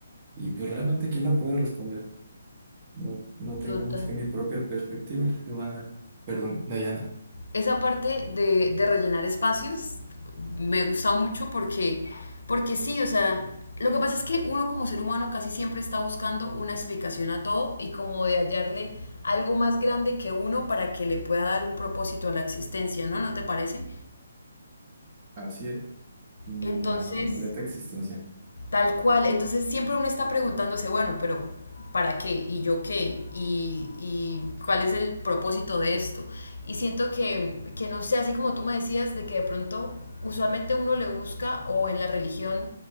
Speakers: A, on the right (about 35°); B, on the left (about 80°).
A: y pues realmente ¿quién la puede responder? No, no tengo
B: total.
A: más que mi propia perspectiva, Giovanna. Perdón, Dayana.
B: esa parte de, de rellenar espacios me gusta mucho porque, porque sí, o sea, lo que pasa es que uno como ser humano casi siempre está buscando una explicación a todo y como de hallarle algo más grande que uno para que le pueda dar un propósito a la existencia, ¿no? ¿No te parece?
A: Así es, la
B: Entonces,
A: completa existencia.
B: Tal cual, entonces siempre uno está preguntándose, bueno, pero ¿para qué? ¿Y yo qué? ¿Y, y cuál es el propósito de esto? Y siento que, que, no sé, así como tú me decías, de que de pronto usualmente uno le busca o en la religión